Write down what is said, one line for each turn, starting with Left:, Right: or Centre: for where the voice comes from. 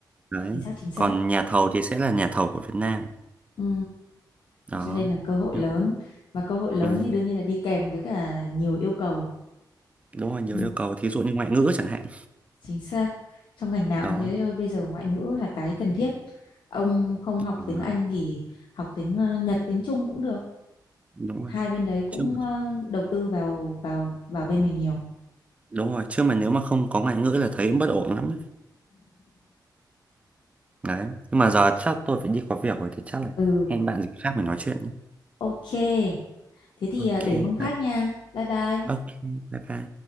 Right: đấy
Left: chính xác chính xác
Right: còn nhà thầu thì sẽ là nhà thầu của Việt Nam
Left: ừ.
Right: đó
Left: Thế cho nên là cơ hội
Right: ừ,
Left: lớn và cơ hội lớn
Right: ừ,
Left: thì đương nhiên là đi kèm với cả nhiều yêu cầu
Right: đúng rồi nhiều
Left: Ừ,
Right: yêu cầu thí dụ như ngoại ngữ chẳng hạn
Left: chính xác trong ngành nào
Right: đó
Left: cũng thế thôi bây giờ ngoại ngữ là cái cần thiết ông không
Right: ừ,
Left: học tiếng Anh thì học tiếng ờ, Nhật tiếng Trung cũng được
Right: đúng rồi
Left: hai bên đấy cũng
Right: chứ mà,
Left: ờ, đầu tư vào vào vào bên mình nhiều
Right: đúng rồi chứ mà nếu mà không có ngoại ngữ là thấy bất ổn lắm đấy Đấy. nhưng mà giờ chắc tôi phải đi có việc rồi thì chắc là
Left: ừ
Right: hẹn bạn dịp khác mình nói chuyện nhé
Left: ok thế thì
Right: ok
Left: ờ, để hôm khác
Right: bye-
Left: nha bye bye
Right: ok bye bye